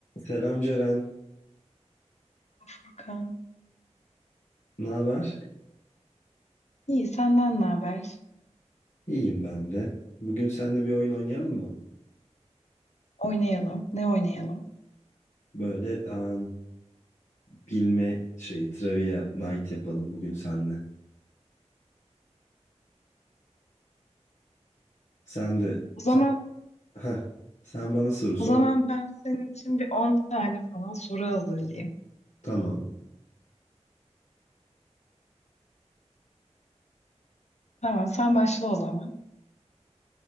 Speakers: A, on the left (about 80°); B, on the left (about 70°).
A: Selam Ceren,
B: Hakan.
A: ne haber?
B: İyi senden ne haber?
A: İyiyim ben de. Bugün seninle bir oyun oynayalım mı?
B: Oynayalım. Ne oynayalım?
A: Böyle aa, bilme şeyi, trivia night yapalım bugün seninle. Sen de,
B: O zaman
A: sen, heh, sen bana soru sor.
B: o zaman ben senin için bir 10 tane falan soru hazırlayayım.
A: Tamam.
B: Tamam sen başla o zaman.